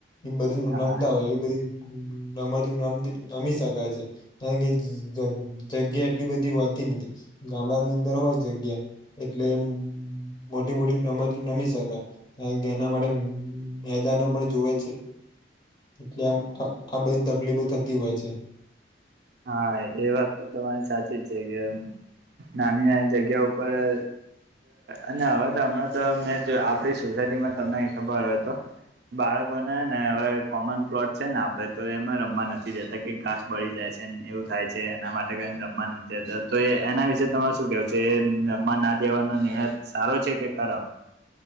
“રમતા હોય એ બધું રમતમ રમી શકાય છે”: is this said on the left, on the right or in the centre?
Left